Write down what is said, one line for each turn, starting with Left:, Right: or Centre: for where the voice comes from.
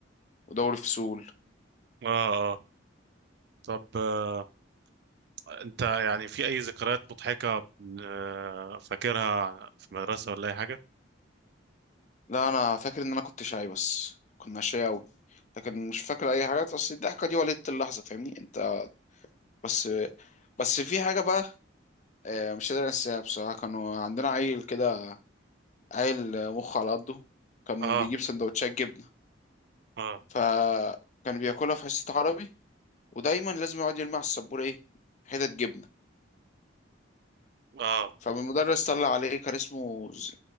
Left: ودوري فصول
Right: اه اه طب آه، انت يعني في اي ذكريات مضحكة آه، فاكرها في المدرسة ولا اي حاجة
Left: لا انا فاكر ان انا كنت شاي بس كنا شاي قوي لكن مش فاكر اي حاجات اصل الضحكه دي ولدت اللحظه فاهمني انت بس بس في حاجه بقى آه، مش قادر انساها بصراحه كانوا عندنا عيل كده عيل مخ على قده كان
Right: اه
Left: بيجيب سندوتشات جبنه
Right: اه
Left: فكان بياكلها في حصه عربي ودايما لازم يقعد يرمي على السبوره ايه حتت جبنه
Right: اه
Left: فالمدرس طلع عليه كان اسمه ز-